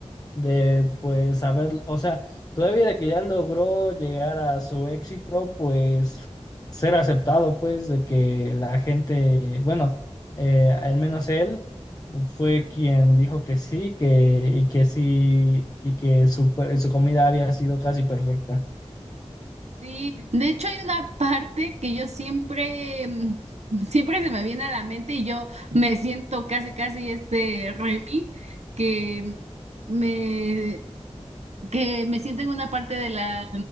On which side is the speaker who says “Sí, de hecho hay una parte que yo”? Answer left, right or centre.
Right